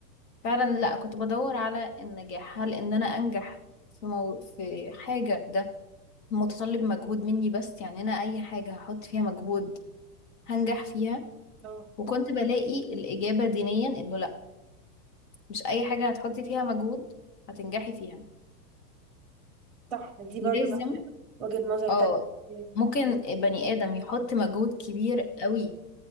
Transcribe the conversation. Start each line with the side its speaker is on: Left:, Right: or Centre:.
Left: فعلا لا كنت بدور على النجاح هل ان انا انجح في مو... في حاجة ده متطلب مجهود مني بس يعني انا اي حاجة هحط فيها مجهود هنجح فيها
Centre: اه
Left: وكنت بلاقي الإجابة دينيا انه لا مش اي حاجة هتحطي فيها مجهود هتنجحي فيها
Centre: صح دي برضه
Left: لازم
Centre: معاكي حق. وجهة نظر
Left: اه
Centre: تانية
Left: ممكن بني آدم يحط مجهود كبير قوي